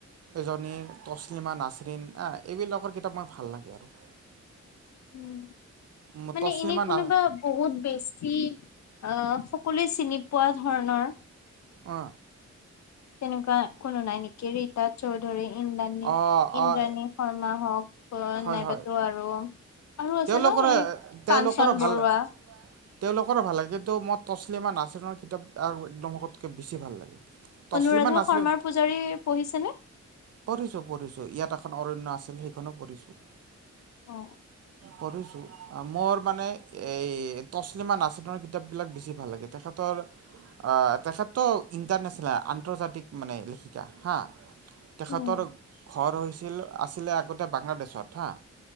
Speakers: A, on the right; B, on the left.
A: এজনী তছলিমা নাচৰিণ আ, এইবিলাকৰ কিতাপ মই ভাল লাগে আৰু।
B: উম।
A: আৰু
B: মানে
A: তছলিমা
B: এনে কোনোবা
A: না
B: বহুত বেছি, আ সকলোৱে চিনি পোৱা ধৰণৰ।
A: অ।
B: তেনেকুৱা কোনো নাই নেকি? ৰীতা চৌধুৰী ইন্দ্ৰাণী
A: অঁ
B: ইন্দ্ৰাণী
A: অঁ
B: শৰ্মা হওক? অ'নাইবাতো
A: হয় হয়
B: আৰু, আৰু আছে
A: তেওঁলোকৰে
B: ন এই
A: তেওঁলোকৰো
B: কাঞ্চন
A: ভাল
B: বৰুৱা।
A: তেওঁলোকৰো ভাল লাগে। কিন্তু, মই তছলিমা নাচিনৰ কিতাপ একদমতকৈ বেছি ভাল লাগে। তছলিমা
B: অনুৰাধা
A: নাচৰিন
B: শৰ্মাৰ পূজাৰী পঢ়িছেনে?
A: পঢ়িছো, পঢ়িছো। ইয়াত এখন অৰণ্য আছিল, সেইখনো পঢ়িছোঁ।
B: অ।
A: পঢ়িছোঁ। মোৰ মানে এই তছলিমা নাছ ৰিনৰ কিতাপবিলাক বেছি ভাল লাগে। তেখেতৰ, অ তেখেতটো ইণ্টাৰনেচনেল আন্তৰ্জাতিক মানে লেখিকা হা। তেখেতৰ
B: উম
A: ঘৰ হৈছিল আছিলে আগতে বাংলাদেশত হা।